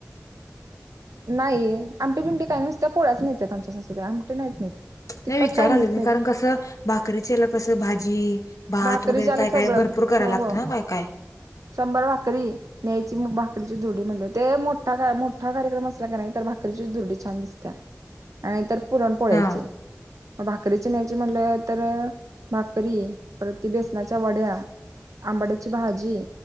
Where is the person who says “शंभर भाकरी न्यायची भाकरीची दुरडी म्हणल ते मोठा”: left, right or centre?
Right